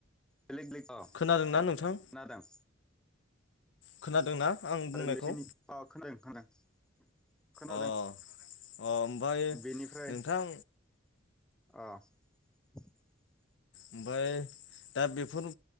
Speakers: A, in the centre; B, on the left.
A: बेलेग बेलेग अ खोनादो
B: खोनादोंना नोंथां
A: आं
B: खोनादोंना आं
A: आरो
B: बुंनायखौ
A: <unintelligible> खोनादों खोनादों खोनादों
B: अ अ ओमफ्राय
A: बेनिफ्राय
B: नोंथां
A: अ <inaudible>
B: ओमफ्राय दा बेफोर